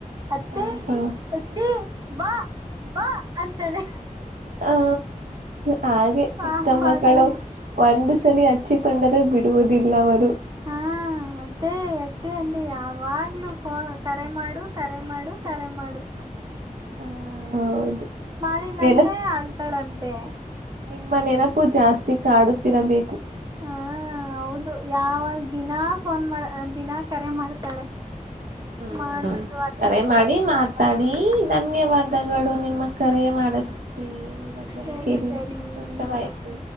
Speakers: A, on the right; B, on the right.
A: ಅತ್ತೆ
B: ಹ ಹ
A: ಅತ್ತಿ ಬಾ ಬಾ ಅಂತಳೆ
B: ಆ ಹಾಗೆ ಚಿಕ್ಕ
A: ಪಾಪ
B: ಮಕ್ಕಳು.
A: ಅದು
B: ಒಂದುಸ್ <unintelligible> ಹಚ್ಚಿಕೊಂಡರೆ ಬಿ ಬಿಡುವುದಿಲ್ಲವದು.
A: ಹಾ ಮತ್ತೇ ಅತ್ತೆ ಅಂದೆ ಯಾವಾಗ್ಲು ಫೋ ಕರೆ ಮಾಡು ಕರೆ ಮಾಡು ಕರೆ ಮಾಡು.
B: ಹ ಹೌದು.
A: ಮಾಡಿಲ್ಲಂತೆ
B: ನೆನಪ
A: ಆಳ್ತಾಳಂತೆ.
B: ನಿಮ್ಮ ನೆನಪು ಜಾಸ್ತಿ ಕಾಡುತ್ತಿರಬೇಕು.
A: ಹಾ ಹೌದು ಯಾವಾಗ ದಿನಾ ಫೋನ್ ಮಾಡ ದಿನಾ ಕರೆ ಮಾಡ್ತಾಳೆ.
B: ಹಾ
A: ಮಾಡ್ಬಿಟ್ಟು ಅತ್ತೆ
B: ಕರೆ
A: ಅತ್ತೆ
B: ಮಾಡಿ
A: ಅಂತ
B: ಮಾತಾಡಿ
A: ಮಾತಾಡ್ತಾಳೆ
B: ಧನ್ಯವಾದಗಳು ನಿಮ್ಮ ಕರೆ ಮಾಡೋದಿಕ್ಕೆ ನಿಮ್ಮ ಧ್ವನಿ
A: ಸರಿ
B: ಕೇಳಿ
A: ಸರಿ
B: ಸಂತೋಷವಾಯ್ತು.